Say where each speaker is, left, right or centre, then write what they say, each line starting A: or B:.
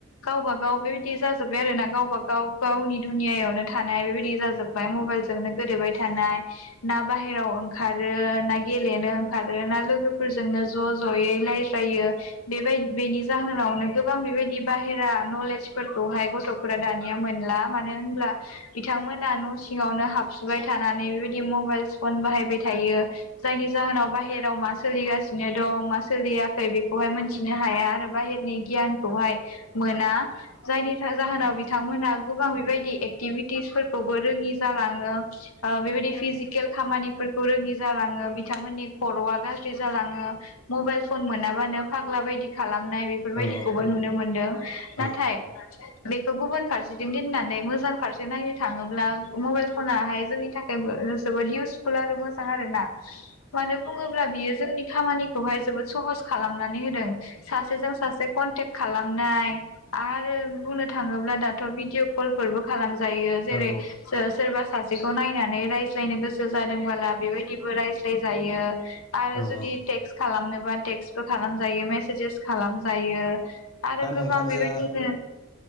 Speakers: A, on the left; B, on the left.
A: गावबा गाव बेबायदि जाजोब्बाय आरो नांगा गावबा गाव गावनि दुनियायावनो थानाय बेबायदि जाजोबबाय मबाइलजोंनो गोदोबाय थानाय ना ना बाहेरायाव ओंखारो ना गेलेनो ओंखारो ना लोगोफोरजोंनो ज' ज'यै रायज्रायै यो बेबाय बेनि जाहोनावनो गोबां बेबायदि बाहेरा नलेजफोरखौहाय गथ' फोरा दानिया मोनला मानो होनब्ला बिथांमोना न' सिङावनो हाबसुबाय थानानै बेबायदि म मबाइल फन बाहायबाय थायो जायनि जाहोनाव बाहेरायाव मा सोलिगासिनो दं मा सोलियाखै मोनथिनो हाया आरो बाहेरनि गियानखौहाय मोना जायनि थाखाय जाहोनाव बिथांमोनहा गोबां बेबायदि एक्टिभिटिसफोरखौबो रोङि जालाङो बेबायदि फिजिकेल खामानि रोङि जालाङो बिथांमोननि खर'आ गाज्रि जालाङो मबाइल फ मोनाबानो फाग्ला बायदि खालामनाय बेफोरबायदिखौबो
B: औ
A: नुनो मोनदों नाथाय
B: औ
A: बेखौ गुबुन फारसेथिं दोननानै मोजां फारसे नायनो थाङोब्ला मबाइल फनाहाय जोंनि थाखायबो <unintelligible> खहस खालामनानै होदों सासेजों सासे कनटेक् खालामनाय आरो बुंनो थाङोब्ला दाथ' भिदिअ कलफोरबो खालाम जायो जेरै‌
B: औ
A: सोरबा सासेखौ नायनानै रायज्लायनो गोसो जादोंबोला बेबायदिबो रायज्लाय जायो आरो
B: औ
A: जुदि
B: औ
A: बि टेक्स्ट खालामनोबा टेक्स्ट बो खालामजायो मेसेजेस खालामजायो आरो
B: दा
A: गोबां
B: नोंथांजोआ
A: बेबायदिनो